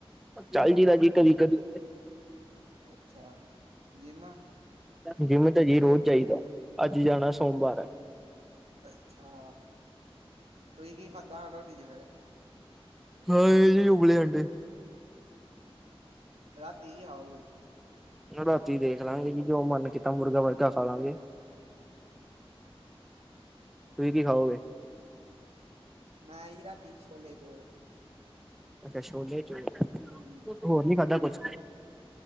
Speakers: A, in the centre; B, on the right.
A: ਚੱਲ ਜਾਈਦਾ ਜੀ ਕਦੀ-ਕਦੀ।
B: ਅੱਛਾ ਜਿੰਮ
A: ਜਿੰਮ ਤਾਂ ਜੀ ਰੋਜ਼ ਜਾਈਦਾ। ਅੱਜ ਜਾਣਾ ਸੋਮਵਾਰ ਹੈ
B: ਅੱਛਾ, ਤੁਸੀ ਕੀ ਖਾਧਾ ਰੋਟੀ ਚ ਫਿਰ?
A: ਖਾਏ ਜੀ ਉਬਲੇ ਅੰਡੇ।
B: ਰਾਤੀ ਆਓਗੇ?
A: ਰਾਤੀ ਦੇਖ ਲਾਂਗੇ ਜੀ, ਜੋ ਮਨ ਕੀਤਾ। ਮੁਰਗਾ ਮਰਗਾ ਖਾ ਲਾਂਗੇ। ਤੁਸੀ ਕੀ ਖਾਓਗੇ?
B: ਮੈਂ ਜੀ ਰਾਤੀ ਛੋਲੇ ਚੋਲ।
A: ਅੱਛਾ! ਛੋਲੇ ਚੋਲ,
B: ਹਮ
A: ਹੋਰ ਨੀ ਖਾਧਾ ਕੁਛ?